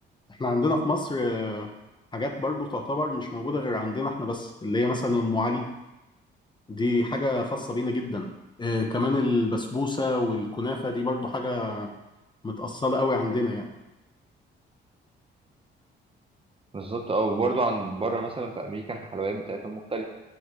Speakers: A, on the left (about 25°); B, on the right (about 30°).
A: احنا عندنا في مصر آه، حاجات برضو تعتبر مش موجوده غير عندنا احنا بس اللي هي مثلا ام علي دي حاجة خاصة بينا جدا آه كمان البسبوسة والكنافة دي برضو حاجة متأصلة قوي عندنا يعني
B: بالظبط اه وبرضه عن بره مثلا في أمريكا الحلويات بتاعتهم مختلفة